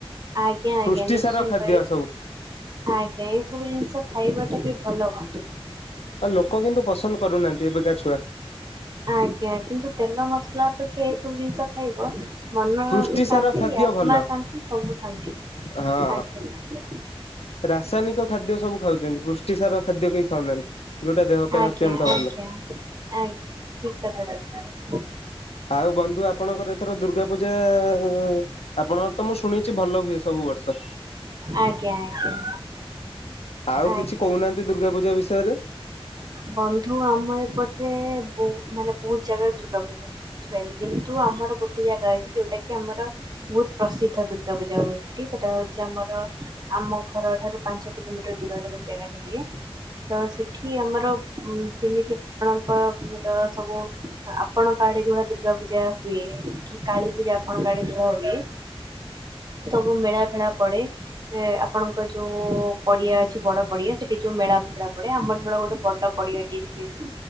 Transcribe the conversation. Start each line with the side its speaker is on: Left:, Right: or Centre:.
Right: ଆଜ୍ଞା ଆଜ୍ଞା
Left: ପୃଷ୍ଟି
Right: ନିଶ୍ଚିନ୍ତ
Left: ସାର ଖାଦ୍ୟ
Right: ଏ
Left: ସବୁ।
Right: ଆଜ୍ଞା ଏଇ ସବୁ ଜିନିଷ ଖାଇବାଟା ବି ଭଲ ବାଟ <inaudible>
Left: ଆଉ ଲୋକ କିନ୍ତୁ ପସନ୍ଦ କରୁନାହାନ୍ତି ଏବେକା ଛୁଆ
Right: ଆଜ୍ଞା କିନ୍ତୁ ତେଲ ମସଲା ଅପେକ୍ଷା ଏଇ ସବୁ ଜିନିଷ ଖାଇବ ମନ
Left: ପୃଷ୍ଟିସାର
Right: ବି ଶାନ୍ତି,
Left: ଖାଦ୍ୟ
Right: ଆତ୍ମା
Left: ଭଲ
Right: ଶାନ୍ତି, ସବୁ ଶାନ୍ତି
Left: ହଁ।
Right: ଆଜ୍ଞା।
Left: ରାସାୟନିକ ଖାଦ୍ୟ ସବୁ ଖାଉଛନ୍ତି ପୃଷ୍ଟିସାର ଖାଦ୍ୟ କେହି ଖାଉନାହାନ୍ତି। ଯୋଉଟା ଦେହ ପାଇଁ
Right: ଆଜ୍ଞା,
Left: ଅତ୍ୟନ୍ତ
Right: ଆଜ୍ଞା,
Left: ଭଲ
Right: ଆଜ୍ଞା ଠିକ କଥା କହି
Left: ଆଉ ବନ୍ଧୁ ଆପଣଙ୍କର ଏଥର ଦୁର୍ଗା ପୂଜା ଆପଣଙ୍କର ତ ମୁଁ ଶୁଣିଛି ଭଲ ହୁଏ ସବୁ ବର୍ଷ।
Right: ଆଜ୍ଞା, ଆଜ୍ଞା।
Left: ଆଉ କିଛି
Right: ଆଜ୍ଞା।
Left: କହୁନାହାନ୍ତି ଦୁର୍ଗା ପୂଜା ବିଷ ସେରେ
Right: ବନ୍ଧୁ ଆମ ଏପଟରେହୁ ବହୁ ମାନେ ବହୁତ ଜାଗାରେ ଦୁର୍ଗା ପୂଜା ହୁଏ ।ବୁଝିପାରିଲି କିନ୍ତୁ ଆମର ଗୋଟେ ଜାଗା ଅଛି ଯୋଉଟା କି ଆମର ବହୁତ ପ୍ରସିଦ୍ଧ ଦୁର୍ଗା ପୂଜା ହୁଏ ସେଠି ସେଟା ହଉଛି ଆମର ଆମ ଘର ଠାରୁ ପାଞ୍ଚ କିଲୋମିଟର ଦୂରରେ ଗୋଟେ ଜାଗାରେ ହୁଏ। ତ କି ଆମର ହୁଁ ଯେମିତି ହଁ କହ ସବୁ ଆପଣଙ୍କ ଆଡେ ଯୋଉ ଦୁର୍ଗା ପୂଜା ହୁଏ। କି କାଳୀ ପୂଜା ଆପଣଙ୍କ ଆଡେ ଯୋଉଡା ହୁଏ ।ସବୁ ମେଳା ଫେଳା ପଡେ ଆପଣଙ୍କ ଯୋଉ ପଡିଆ ଅଛି ବଡ ପଡିଆ ସେଠି ଯୋଉ ମେଳା ଫେଳା ପଡେ ଆମର ଗୋଟେ ବଡ ପଡିଆ ଏଠି ଅଛି